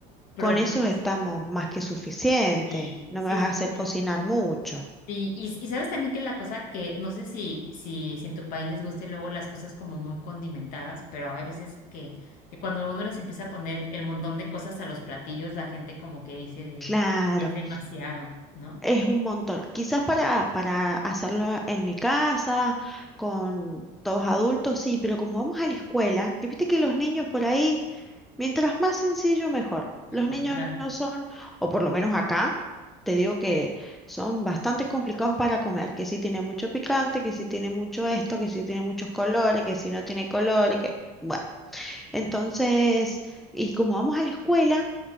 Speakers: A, on the left (about 60°); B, in the centre.
A: problemas.
B: con eso estamos más que suficiente.
A: Sí,
B: No
A: sí,
B: me vas a
A: sí,
B: hacer
A: sí.
B: cocinar mucho.
A: Y, y, y sabes también que la cosa que, no sé si, si, si en tu país les guste luego las cosas como muy condimentadas, pero hay veces que, que cuando uno les empieza a poner el montón de cosas a los platillos, la gente como que dice de,
B: Claro.
A: es demasiado, ¿no?
B: Es un montón. Quizás para, para hacerlo en mi casa, con todos adultos, sí, pero como vamos a la escuela, y viste que los niños por ahí, mientras más sencillo, mejor.
A: Mejor,
B: Los niños
A: claro.
B: no son, o por lo menos acá, te digo que son bastante complicados para comer, que si tiene mucho picante, que si tiene mucho esto, que si tiene muchos colores, que si no tiene colores, que... Bueno, entonces, y como vamos a la escuela...